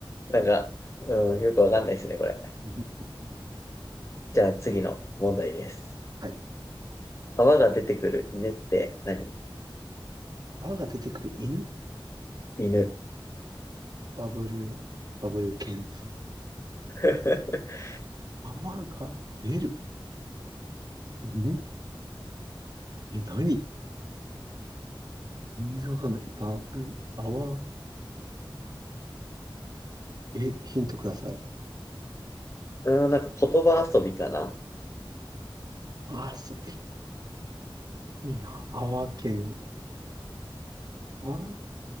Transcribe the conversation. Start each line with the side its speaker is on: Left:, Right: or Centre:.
Left: なんか、うん、よくわかんないですね、これ。
Right: <laughs>
Left: じゃあ次の問題です。
Right: はい。
Left: 泡が出てくる犬って何
Right: 泡が出てくる犬
Left: 犬。
Right: バブル、バブル犬。
Left: <laughs>
Right: 泡が出る。犬え、何全然わかんない。バブ、アワ、え、ヒントください。
Left: うん、なんか言葉遊びかな。
Right: あー、そう、えいいな。アワ県、アワ、